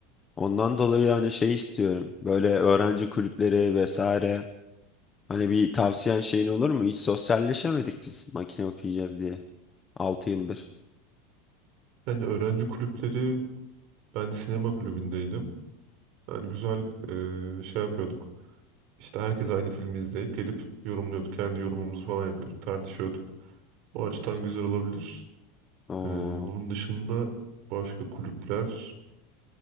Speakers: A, on the left; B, on the right.
A: Ondan dolayı hani şey istiyorum. Böyle öğrenci kulüpleri vesaire. Hani bir tavsiyen şeyin olur mu? Hiç sosyalleşemedik biz makine okuyacağız diye. 6 yıldır.
B: Yani öğrenci kulüpleri, ben sinema kulübündeydim. Yani güzel e, şey yapıyorduk. İşte herkes aynı filmi izleyip gelip yorumluyorduk. Kendi yorumumuzu falan yapıyorduk, tartışıyorduk. O açıdan güzel olabilir.
A: Oo.
B: Ee, onun dışında Başka kulüpler.